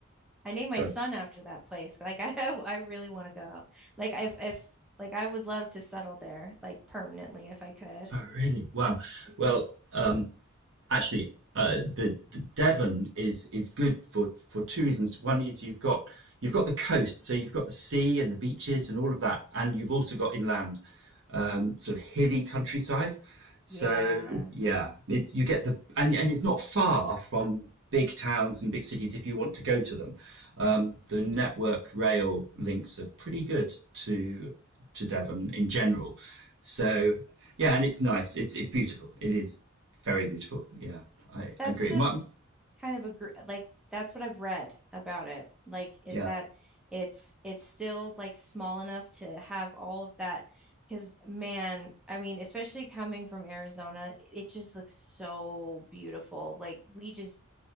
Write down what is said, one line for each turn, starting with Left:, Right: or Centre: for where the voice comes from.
Centre: I named
Right: So,
Centre: my son after that place. Like I <laughs> I really want to go. Like if if like I would love to settle there like permanently if I could.
Right: oh, really? Wow.
Centre: Mhm.
Right: Well, um, actually, uh, the, the Devon is is good for for two reasons. One is you've got you've got the coast, so you've got the sea and the beaches and all of that, and you've also got inland, um, sort of hilly countryside. So
Centre: Yeah.
Right: yeah, it's you get the and and it's not far from big towns and big cities if you want to go to them. Um, the network rail links are pretty good to to Devon in general. So yeah, and it's nice. It's it's beautiful. It is very beautiful. Yeah, I,
Centre: That's
Right: I agree.
Centre: the
Right: My,
Centre: th kind of agree like that's what I've read about it. Like is
Right: yeah,
Centre: that it's it's still like small enough to have all of that because man, I mean, especially coming from Arizona, it just looks so beautiful. Like we just